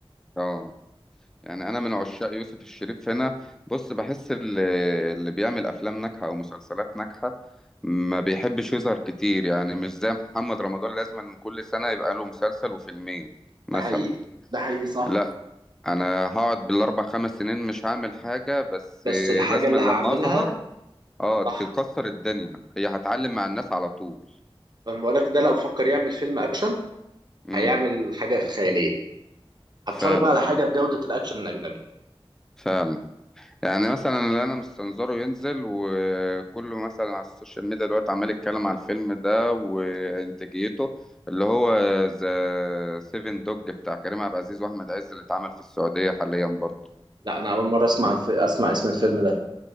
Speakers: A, in the centre; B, on the right.
A: اه يعني انا من عشاق يوسف الشريف هنا بص بحس اللي, اللي بيعمل افلام ناجحه او مسلسلات ناجحه ما بيحبش يظهر كتير يعني مش زي محمد رمضان لازم كل سنه يبقى له مسلسل وفيلمين مثلا
B: ده حقيقي ده حقيقي صح
A: لا انا هقعد بالاربع خمس سنين مش هعمل حاجه بس
B: بس الحاجه
A: لازم
B: اللي
A: لما
B: هعملها
A: اظهر اه
B: صح
A: تكسر الدنيا هي هتعلم مع الناس على طول
B: فانا بقول لك ده لو فكر يعمل فيلم اكشن
A: امم
B: هيعمل حاجه خياليه هتفرج
A: فعلا
B: بقى على حاجه
A: عندك
B: بجوده
A: حق.
B: الاكشن الاجنبي
A: فعلا يعني مثلا اللي انا مستنظره ينزل وكله مثلا على السوشيال ميديا دلوقتي عمال يتكلم على الفيلم ده وانتاجيته اللي هو ذا سيفن دوج بتاع كريم عبد العزيز واحمد عز اللي اتعمل في السعوديه حاليا برضه
B: لا انا اول مره اسمع الف... اسمع اسم الفيلم ده